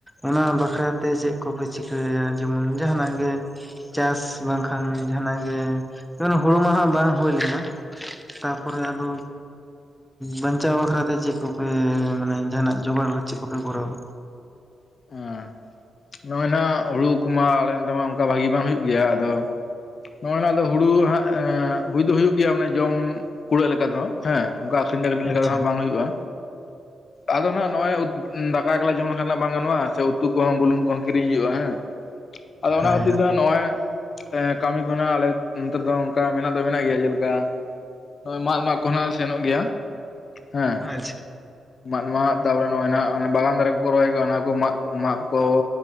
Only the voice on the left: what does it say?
ᱟᱨ <unintelligible> ᱱᱚᱜᱼᱚᱭ ᱱᱟᱜ ᱦᱩᱲᱩ ᱠᱚᱢᱟ ᱟᱞᱮ ᱱᱚᱛᱮ ᱢᱟ ᱚᱱᱠᱟ ᱵᱷᱟᱹᱜᱤ ᱵᱟᱝ ᱦᱩᱭᱩᱜ ᱜᱮᱭᱟ ᱟᱫᱚ ᱱᱚᱭ ᱱᱚᱣᱟ ᱟᱫᱚ ᱦᱩᱲᱩ ᱦᱟᱸᱜ ᱮ ᱦᱩᱭ ᱫᱚ ᱦᱩᱭᱩᱜ ᱜᱮᱭᱟ ᱮ ᱡᱚᱢ ᱠᱩᱲᱟᱹᱜ ᱞᱮᱠᱟ ᱫᱚ ᱦᱮᱸ ᱚᱱᱠᱟ ᱟᱹᱠᱷᱨᱤᱧ ᱫᱟᱠᱨᱤᱧ
ᱞᱮᱠᱟ ᱫᱚ ᱦᱟᱸᱜ ᱵᱟᱝ ᱦᱩᱭᱩᱜᱼᱟ ᱟᱫᱚ ᱱᱟᱦᱟᱸᱜ ᱱᱚᱜᱼᱚᱭ ᱩᱫ ᱫᱟᱠᱟ ᱮᱠᱞᱟ ᱡᱚᱢ ᱞᱮᱠᱷᱟᱱ ᱦᱟᱸᱜ ᱵᱟᱝ ᱜᱟᱱᱚᱜᱼᱟ ᱩᱛᱩ ᱠᱚᱦᱚᱸ ᱵᱩᱞᱩᱝ ᱠᱚᱦᱚᱸ ᱠᱤᱨᱤᱧ ᱦᱩᱭᱩᱜᱼᱟ ᱦᱮᱸ ᱟᱫᱚ ᱚᱱᱟ
ᱠᱷᱟᱹᱛᱤᱨ
ᱛᱮ ᱱᱚᱜᱼᱚᱭ ᱮᱸ ᱠᱟᱹᱢᱤ ᱠᱚᱱᱟᱜ ᱟᱞᱮ ᱱᱮᱛᱮ ᱫᱚ ᱚᱱᱠᱟ ᱢᱮᱱᱟᱜ ᱫᱚ ᱢᱮᱱᱟᱜ ᱜᱮᱭᱟ ᱡᱮᱞᱮᱠᱟ ᱱᱚᱜᱼᱚᱭ ᱢᱟᱜ ᱢᱟᱜᱽ ᱠᱚ ᱟᱸᱜ ᱥᱮᱱᱚᱜ ᱜᱮᱭᱟ ᱦᱮᱸ
ᱢᱟᱜ ᱢᱟᱜ ᱛᱟᱯᱚᱨᱮ ᱱᱚᱜᱼᱚᱭ ᱱᱟᱜ ᱵᱟᱜᱟᱱ ᱫᱟᱨᱮ ᱠᱚ ᱨᱚᱦᱚᱭ ᱚᱱᱟ ᱠᱚ ᱢᱟᱜ ᱢᱟᱜ ᱠᱚ